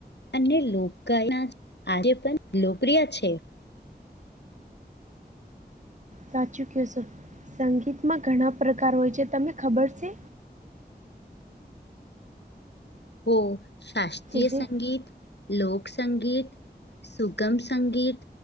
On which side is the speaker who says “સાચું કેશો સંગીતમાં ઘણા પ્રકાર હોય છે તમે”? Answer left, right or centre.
Right